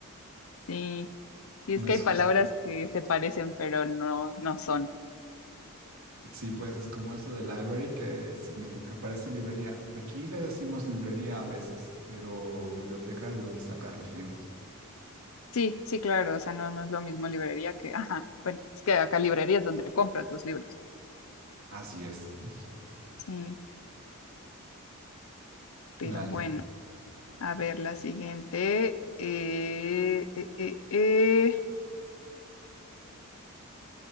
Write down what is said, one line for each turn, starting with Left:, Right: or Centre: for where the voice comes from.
Left: sí, sí,
Right: No
Left: es que
Right: es
Left: hay palabras
Right: justo.
Left: que se parecen, pero no, no son.
Right: Sí, pues es como eso de library, que significa, parece librería. Aquí le decimos librería a veces, pero biblioteca es de donde sacas los libros.
Left: Sí, sí, claro, o sea, no, no es lo mismo librería que, ajá, bueno, es que acá librería es donde compras los libros.
Right: Así es. <laughs>
Left: Sí, pero
Right: Dale,
Left: bueno, a ver, la siguiente, eh, eh, eh, eh,